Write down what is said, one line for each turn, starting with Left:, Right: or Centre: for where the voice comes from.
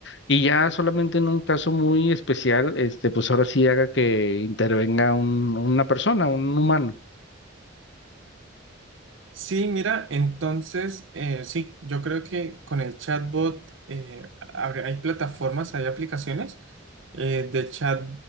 Left: Y ya solamente en un caso muy especial, este, pues ahora sí haga que intervenga un- una persona, un humano.
Right: Sí, mira, entonces, eh, sí, yo creo que con el chatbot eh, habrá- hay plataformas, hay aplicaciones eh, de chat,